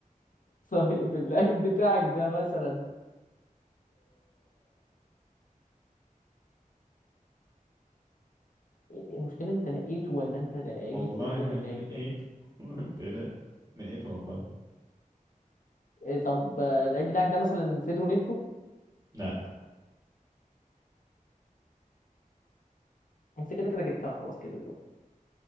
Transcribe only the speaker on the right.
والله
<laughs> نقيت
<laughs> تلاش نقيت والله
لا